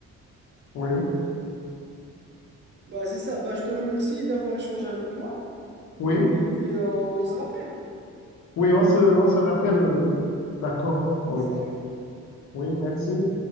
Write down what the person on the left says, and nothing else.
oui,
oui,
oui, on se, on se rappelle. euh, D'accord, oui,
oui, merci.